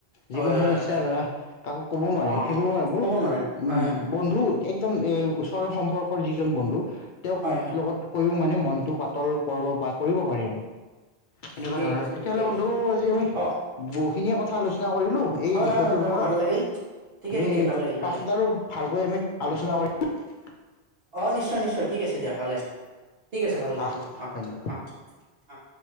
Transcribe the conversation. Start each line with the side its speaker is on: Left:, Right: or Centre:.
Right: হয়
Left: জীৱন
Right: হয়
Left: সমস্যা
Right: হয় হয়
Left: ধৰা কাকো ক'বও নোৱাৰে
Right: অ
Left: সেইবোৰ এইবোৰ
Right: ক'ব নোৱাৰে হয়
Left: উম
Right: হয়
Left: বন্ধু একদম এ ওচৰৰ সম্পৰ্কৰ যিজন বন্ধু তেওঁক
Right: হয় হয়
Left: লগত কৈও মান নে মন টো পাতল কৰিব পা কৰিব পাৰি সেনেকুৱা
Right: ঠিকেই
Left: ধৰণৰ
Right: কৈছা
Left: তেতিয়াহ'লে
Right: ঠিকেই কৈছা
Left: বন্ধু আজি আমি
Right: অ
Left: বহুখিনিয়ে কথা আলোচনা কৰিলো এই
Right: হয়
Left: বিষয়টোৰ
Right: হয়
Left: ওপৰত
Right: ভাল লাগিল ঠিকে
Left: আমি
Right: ঠিকে ভাল লাগিল ভাল
Left: পাছত
Right: লাগিল
Left: আৰু ভালকৈ আমি আলোচনা কৰিম
Right: অ নিশ্চয় নিশ্চয় ঠিক আছে দিয়া ভালে ঠিক আছে ভালে থাকিবা
Left: আহ
Right: অৱ
Left: ধন্যবাদ
Right: অৱ অৱ